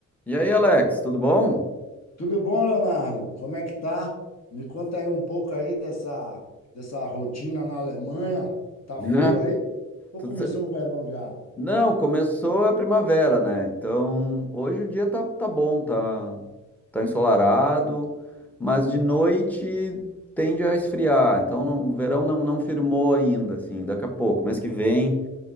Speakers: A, in the centre; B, on the left.
A: E aí, Alex, tudo bom?
B: Tudo bom, Leonardo? Como é que tá? Me conta aí um pouco aí dessa, dessa rotina na Alemanha. Tá
A: Né?
B: frio aí? Ou
A: Tudo
B: começou
A: ce-
B: o verão já?
A: Não, começou a primavera, né? Então, hoje o dia tá, tá bom, tá, tá ensolarado, mas de noite tende a esfriar. Então, não- o verão não, não firmou ainda, assim, daqui a pouco, mês que vem,